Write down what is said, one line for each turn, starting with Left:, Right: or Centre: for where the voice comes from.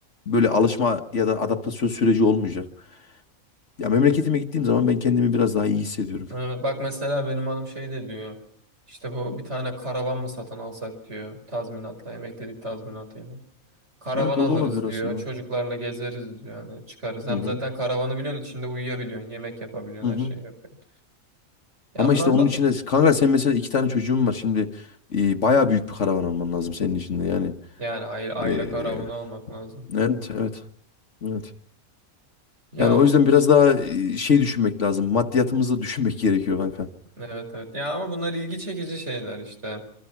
Left: böyle alışma ya da adaptasyon süreci olmayacak. Ya memleketime gittiğim zaman ben kendimi biraz daha iyi hissediyorum.
Right: Evet bak mesela benim hanım şey de diyor. İşte bu bir tane karavan mı satın alsak diyor tazminatla emeklilik tazminatıyla. Karavan
Left: Evet
Right: alırız
Left: o da olabilir aslında.
Right: diyor çocuklarla gezeriz diyor hani çıkarız. Hem
Left: Hı hı.
Right: zaten karavanı biliyorsun içinde uyuyabiliyorsun yemek yapabiliyorsun
Left: Hı hı.
Right: her şeyi yapıyorsun. Ya
Left: Ama
Right: bunlar
Left: işte onun
Right: ba-
Left: içine kanka sen mesela iki tane çocuğun var şimdi e, bayağı büyük bir karavan alman lazım senin için de yani.
Right: yani aile, aile
Left: Ee,
Right: karavanı almak lazım.
Left: evet, evet, evet.
Right: Ya
Left: Yani o
Right: bu-
Left: yüzden biraz daha e, şey düşünmek lazım. Maddiyatımızı düşünmek <laughs> gerekiyor kanka.
Right: evet evet. Ya ama bunlar ilgi çekici şeyler işte.